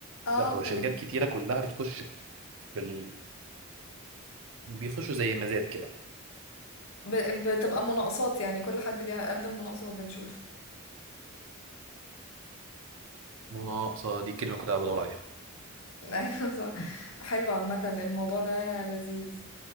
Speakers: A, on the left; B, on the right.
A: اه
B: لا هو
A: فهمت
B: شركات كتيره كلها بتخش بال... بيخشوا زي مزاد كده
A: ب- بتبقى مناقصات يعني كل حد بيقدم مناقصة وبنشوف
B: مناقصه دي الكلمه اللي كنت قاعد بدور عليها
A: <laughs> ايوه صح حلو عامة الموضوع ده لذيذ